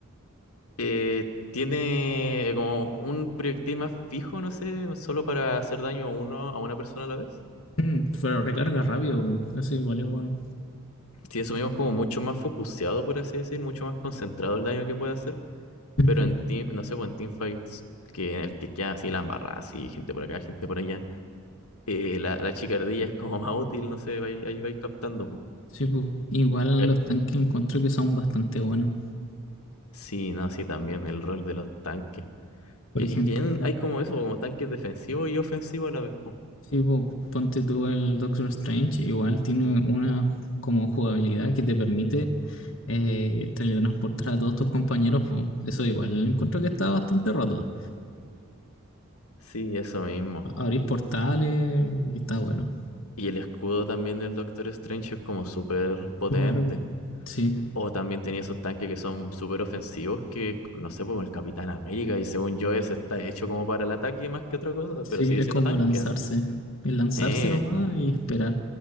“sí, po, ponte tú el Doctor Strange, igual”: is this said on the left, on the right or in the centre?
Left